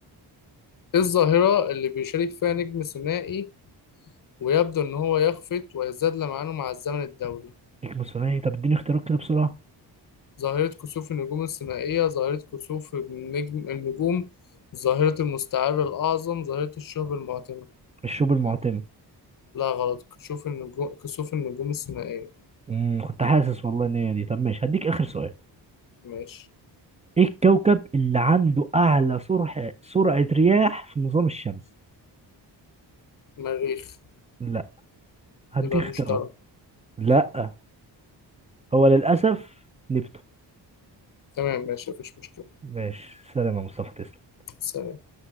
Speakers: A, on the left (about 50°); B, on the right (about 15°).
A: ايه الظاهرة اللي بيشارك فيها نجم ثنائي ويبدو ان هو يخفت ويزداد لمعانه مع الزمن الدوري
B: ديك ثنائي طب اديني اختيارات كده بسرعه
A: ظاهرة كسوف النجوم الثنائية ظاهرة كسوف النجم النجوم ظاهرة المستعر الأعظم ظاهرة الشهب المعتمة
B: الشوب المعتمه
A: لا غلط كسوف النجوم كسوف النجوم الثنائية
B: امم كنت حاسس والله ان هي دي طب ماشي هديك اخر سؤال
A: ماشي
B: ايه الكوكب اللي عنده اعلى سرعه سرعه رياح في النظام الشمسي
A: مريخ
B: لا هدي
A: يبقى
B: اختيارات
A: المشتري
B: لا هو للأسف نبته
A: تمام ماشي مفيش مشكلة
B: ماشي سلام يا مصطفى تسلم
A: سلام